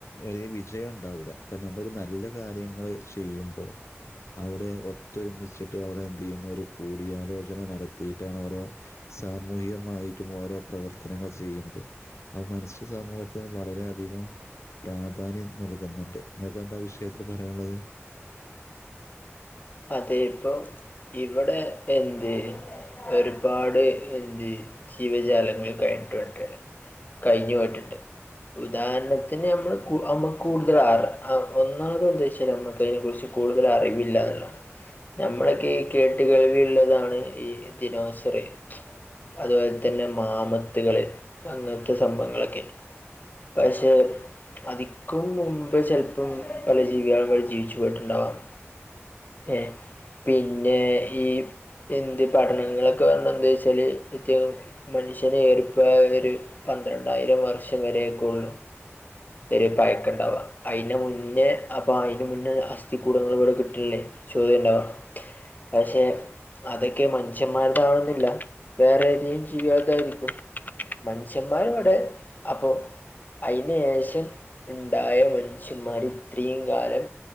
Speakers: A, on the left; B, on the left.
A: ഒല വിജയം ഉണ്ടാവൂില്ല അപ്പൊ നഞമ്മ ഒരു നല്ല കാര്യങ്ങള്ൾ ചെയ്യുമ്പോൾ അവിടെ ഒത്തൊരുമിച്ചിട്ട് അവിടെ എന്ത് ചെയ്യുന്ന ഒരു കൂടിയാലോചന നടത്തിയിട്ടാണ് ഓരോ സാമൂഹികമായിട്ടും ഓരോ പ്രവർത്തനങ്ങൾ ചെയ്യുന്നത് അ മനുഷ്യ സാമൂഹ ത്തിന് വളര അധികം പ്രാധാന്യം നൽകുന്നുണ്ട് നിങ്ങൾക്ക് എന്താ വിഷയത്തിൽ പറയാനുള്ളത്
B: അതെ ഇപ്പോം ഇവിടെ എന്തേ ഒരുപാട് എന്ത് ജീവജാലങ്ങൾ കഴിഞ്ഞിട്ടുണ്ട് കഴിഞ്ഞു പോയിട്ടുണ്ട് ഉദാഹരണത്തിന് നമ്മള്മ്മുക്ക് കൂടുതൽ ഒന്നാമതോ എന്ത വെച്ചാൽ നമ്മക്ക് അതിനെ കുറിച്ച് കൂടുതൽ അറിവില്ല എന്നല്ല നഞമ്മളൊക്കെ ഈ കേട്ട കഴിവിയുള്ളതാണ് ഈ ദിനോസറ അതുപോലെ തന്നെ മാമത്തുകൾ അങ്ങനത്തെ സംഭവങ്ങളൊക്കെ പസ അധിക്കും മുുമ്പ് ചിലപ്പം പല ജീവികളുകൾ ജീവിച്ചു പോയിട്ടുണ്ടാവാാം ഏ പിന്നെ ഈ ഹിന്ദി പഠനങ്ങളൊക്കെ പറഞ്ഞ എന്താ വെച്ചാൽ വത്യാം മനുഷ്യനെ ഏറിപ്പായ ഒരു പന്ത്രണ്ടായിരം വർഷം വരെയൊക്കെയ ഉള്ളൂ വറ പയക്ക ഉണ്ടാവാുക അതിന് മുന്നേ അപ്പൊ അതിന് മുന്നേ അസ്ഥിക്കൂടങ്ങൾ ഇവിടെ കിട്ടണില്ലേ ചോദണ്ടാവോ പക്ഷേ അതൊക്കെ മനുഷ്യന്മാർതാവുന്നില്ല വേറെ ഏതും ജീവികൽതായിരിക്കും മനുഷ്യന്മാരും അവിടെ അപ്പൊ അയിന് ഏശം ഉണ്ടായ മനഷ്യന്മാരി ഇത്രയും കാലം